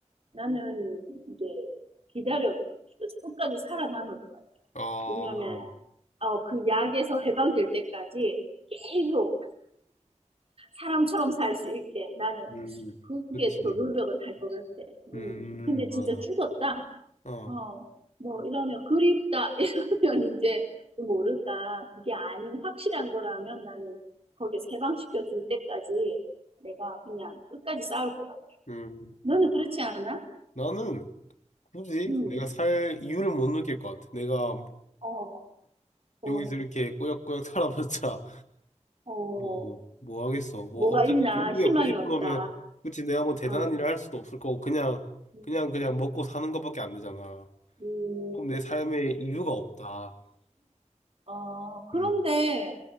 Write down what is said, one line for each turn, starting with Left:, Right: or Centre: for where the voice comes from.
Right: 나는 이제 기다려 끝까지 살아남을 것 같아.
Left: 아...
Right: 왜냐하면 어, 그 약에서 해방될 때까지 계속 사람처럼 살 수 있게 나는
Left: 음,
Right: 그게
Left: 그치.
Right: 더 노력은 할 것 같아.
Left: 음,
Right: 음. 근데
Left: 맞아.
Right: 진짜 죽었다.
Left: 어,
Right: 어, 뭐 이러면 그립다 <laughs> 이러면 이제 또 모를까 그게 아닌 확실한 거라면 나는 거기에 해방시켜 줄 때까지 내가 그냥 끝까지 싸울 것 같아.
Left: 음.
Right: 너는 그렇지 않아?
Left: 나는 굳이
Right: 응.
Left: 내가 살 이유를 못 느낄 것 같아. 내가
Right: 어, 어,
Left: 여기서 이렇게 꾸역꾸역 <laughs> 살아봤자
Right: 어,
Left: 뭐, 뭐 하겠어. 뭐,
Right: 뭐가
Left: 어차피
Right: 있나?
Left: 좀비기가
Right: 희망이
Left: 90%면,
Right: 없다.
Left: 그치, 내가 뭐 대단한
Right: 어,
Left: 일을 할 수도 없을 거고, 그냥,
Right: 음,
Left: 그냥, 그냥 먹고 사는 것밖에 안 되잖아.
Right: 음,
Left: 그럼 내 삶에 이유가 없다.
Right: 어, 그런데
Left: 음,